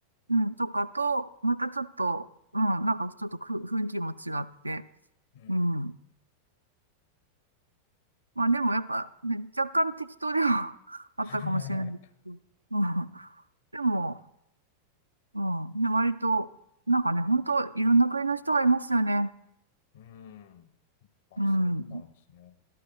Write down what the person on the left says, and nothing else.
うん。
<laughs>
うん。あ、
そうなんですね。